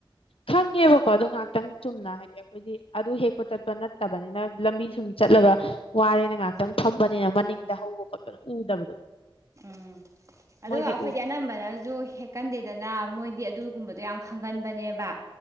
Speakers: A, on the left; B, on the right.
A: ꯈꯪꯉꯦꯕꯀꯣ ꯑꯗ ꯉꯍꯥꯛꯇꯪ ꯆꯨꯝꯅ ꯍꯥꯏꯗꯤ ꯑꯥ ꯍꯥꯏꯗꯤ ꯑꯗꯨ ꯍꯦꯛꯄ ꯆꯠꯄ ꯅꯠꯇꯕꯅꯤꯅ ꯂꯝꯕꯤ ꯁꯨꯝ ꯆꯠꯂꯒ ꯋꯥꯔꯦꯅ ꯉꯥꯏꯍꯥꯛꯇꯪ
B: ꯍꯣꯏ
A: ꯐꯝꯕꯅꯤꯅ ꯃꯅꯤꯡꯗ ꯍꯧꯕ ꯈꯣꯠꯄꯗꯣ ꯎꯗꯕꯗꯣ
B: ꯎꯝ ꯑꯗꯨꯒ
A: ꯃꯣꯏꯗꯤ
B: ꯑꯩꯈꯣꯏꯗꯤ
A: ꯎ
B: ꯑꯅꯝꯕꯅꯁꯨ ꯍꯦꯛ ꯀꯟꯗꯦꯗꯅ ꯃꯣꯏꯗꯤ ꯑꯗꯨꯒꯨꯝꯕꯗꯣ ꯌꯥꯝ ꯈꯪꯒꯟꯕꯅꯦꯕ